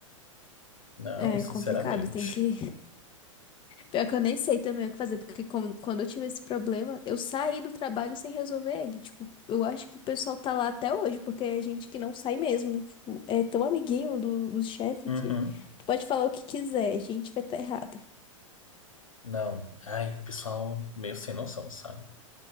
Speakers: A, on the left; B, on the left.
A: Não,
B: É
A: sinceramente.
B: complicado, tem que Pior que eu nem sei também o que fazer, porque com- quando eu tive esse problema, eu saí do trabalho sem resolver ele. Tipo, eu acho que o pessoal tá lá até hoje, porque é gente que não sai mesmo. Tipo, é tão amiguinho do, do chefe
A: Uhum.
B: que tu pode falar o que quiser, a gente vai estar tá errada.
A: Não, ai, pessoal meio sem noção, sabe?